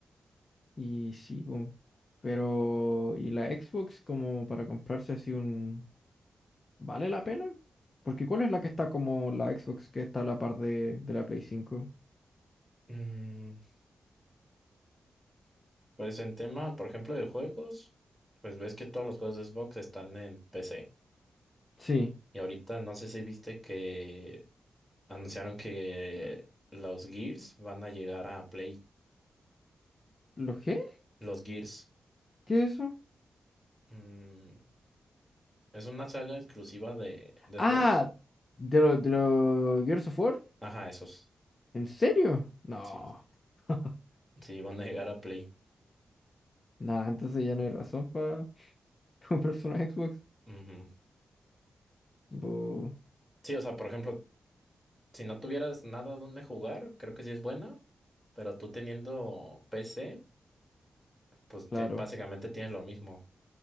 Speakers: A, on the left; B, in the centre.
A: Y sí, po, pero ¿y la Xbox como para comprarse así un ¿Vale la pena? Porque ¿cuál es la que está como la Xbox que está a la par de, de la Play cinco
B: Mm, pues en tema, por ejemplo, de juegos, pues ves que todos los juegos de Xbox están en PC.
A: Sí.
B: Y ahorita no sé si viste que anunciaron que los Gears van a llegar a Play.
A: ¿Lo qué?
B: Los Gears.
A: ¿Qué es eso?
B: Mm, Es una saga exclusiva de, de
A: Ah,
B: Xbox.
A: de los de lo Gears of War.
B: Ajá, esos.
A: ¿En serio? No.
B: Sí,
A: <laughs>
B: sí, van a llegar a Play.
A: Nada, entonces ya no hay razón para <laughs> comprarse una Xbox.
B: Ujú.
A: Bu,
B: Sí, o sea, por ejemplo, si no tuvieras nada donde jugar, creo que sí es buena, pero tú teniendo PC, pues
A: claro.
B: te- básicamente tienes lo mismo.